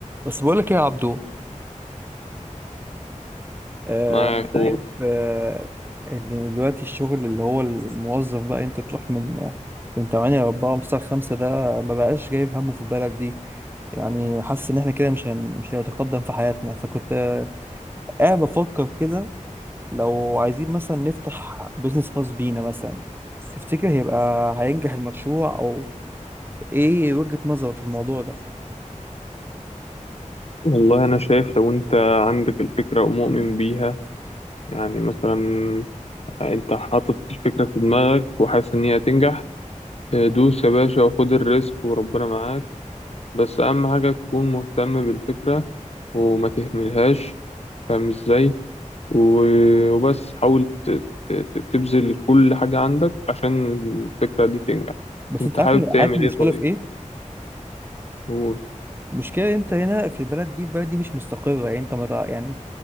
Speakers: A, on the right (about 15°); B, on the left (about 50°).
A: بس بقولك ايه يا عبدو آه،
B: معاك
A: أنا شايف
B: قول.
A: آه، إن دلوقتي الشغل اللي هو الموظف بقى أنت تروح من من 8 ل 4 ومن 9 ل 5 ده ما بقاش جايب همه في البلد دي يعني حاسس إن إحنا كده مش هن... مش هنتقدم في حياتنا فكنت آه، قاعد بفكر كده لو عايزين مثلا نفتح بيزنس خاص بينا مثلا تفتكر هيبقى هينجح المشروع أو إيه وجهة نظرك في الموضوع ده؟
B: والله أنا شايف لو أنت عندك الفكرة ومؤمن بيها يعني مثلا أنت حاطط الفكرة في دماغك وحاسس إن هي هتنجح آه، دوس يا باشا وخد الريسك وربنا معاك بس أهم حاجة تكون مهتم بالفكرة وما تهملهاش فاهم إزاي و- وبس حاول ت- ت- ت- تبذل كل حاجة عندك عشان الفكرة دي تنجح
A: بس
B: أنت
A: أنت عارف
B: حابب تعمل
A: عارف المشكلة
B: إيه طيب؟
A: في إيه؟
B: قول.
A: المشكلة أنت هنا في البلد دي البلد دي مش مستقرة يعني أنت ما تع- يعني